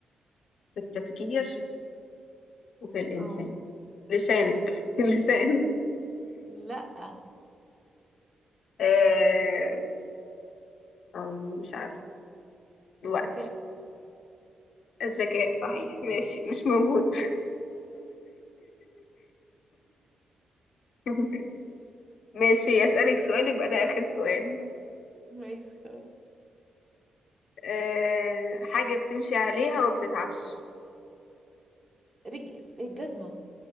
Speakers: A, on the left; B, on the right.
A: في التفكير وفي الإنسان
B: اه
A: لسانك <laughs> اللسان
B: لا
A: آه... أم، مش عارفة الوقت
B: الذكاء
A: الذكاء صحيح ماشي مش موجود
B: <laughs>
A: <laughs> ماشي أسألك سؤال يبقى ده آخر سؤال
B: ماشي خلاص
A: آه... حاجة بتمشي عليها وما بتتعبش
B: رج... الجزمة